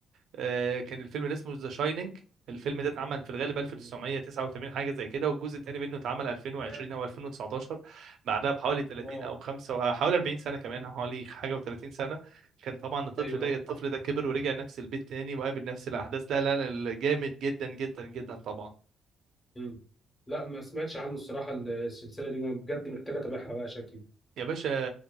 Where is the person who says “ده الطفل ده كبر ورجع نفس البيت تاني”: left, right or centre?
Right